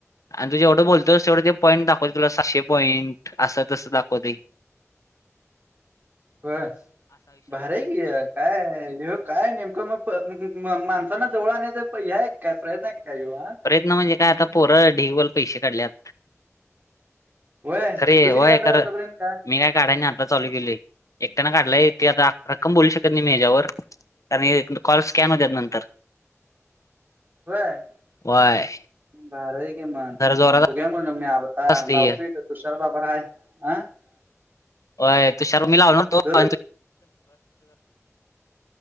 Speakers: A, on the left (about 80°); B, on the right (about 35°).
A: आणि तू जेवढं बोलतोस तेवढं ते पॉईंट दाखवत तुला सहाशे पॉईंट असं, तस दाखवतंय?
B: बरं, भारी आहे की हे काय ह काय नेमकं मग माणसांना जवळ आणयच ह काय प्रयत्न आहेत काय य <inaudible>
A: प्रयत्न म्हणजे काय आता पोर ढिगबाला पैसे काढल्यात.
B: व्हय
A: अरे
B: तू
A: होय
B: किती काढलास
A: खर
B: आतापर्यंत
A: <inaudible>
B: काय
A: काढाय नाही आता चालू केलोय, एकट्यान काढलाय ते आता रक्कम बोलू शकत नाही, मी हेच्यावर कारण, ह कॉल स्कॅन होतात नंतर
B: होय,
A: व्हय?
B: भारी आहे की मग,
A: जरा जोरात
B: बघुया म्हणलं मी आता
A: असतंय
B: लावतोय.
A: हे
B: तुषारबाबर हाय अ <unintelligible>
A: होय तुषार लावनार होतो
B: दररोज
A: <inaudible>